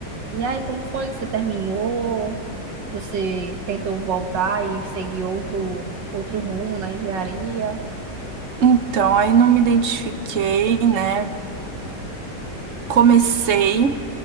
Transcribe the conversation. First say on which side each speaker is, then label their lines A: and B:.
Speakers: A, on the right (about 80°); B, on the right (about 55°).
A: E aí, como foi que você terminou? Você tentou voltar e seguir outro, outro rumo na engenharia?
B: Então, aí não me identifiquei, né? Comecei,